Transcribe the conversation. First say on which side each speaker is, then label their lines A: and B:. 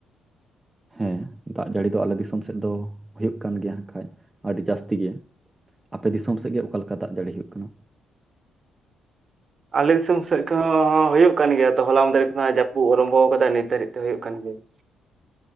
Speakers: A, on the right; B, on the right.
A: ᱦᱮᱸ ᱫᱟᱜ ᱡᱟᱹᱲᱤ ᱫᱚ ᱟᱞᱮ ᱫᱤᱥᱚᱢ ᱥᱮᱫ ᱫᱚ ᱦᱩᱭᱩᱜ ᱠᱟᱱ ᱜᱮᱭᱟ ᱠᱷᱟᱡ ᱟᱹᱰᱤ ᱡᱟᱹᱥᱛᱤ ᱜᱮ ᱟᱯᱮ ᱫᱤᱥᱚᱢ ᱥᱮᱫ ᱜᱮ ᱚᱠᱟ ᱞᱮᱠᱟ ᱫᱟᱜ ᱡᱟᱹᱲᱤ ᱦᱩᱭᱩᱜ ᱠᱟᱱᱟ
B: ᱟᱞᱮ ᱫᱤᱥᱚᱢ ᱥᱮᱫ ᱠᱷᱚᱱ ᱦᱚᱸ ᱦᱩᱭᱩᱜ ᱠᱟᱱ ᱜᱮᱭᱟ ᱛᱚ ᱦᱚᱞᱟ ᱢᱟᱫᱷᱮᱨ ᱠᱷᱚᱱᱟᱜ ᱡᱟᱯ ᱚᱨᱚᱢᱵᱷᱚ ᱟᱠᱟᱫᱟ ᱱᱤᱛ ᱫᱷᱟᱹᱨᱤᱡ ᱛᱮᱦᱚᱸ ᱦᱩᱭᱩᱜ ᱠᱟᱱ ᱜᱮᱭᱟ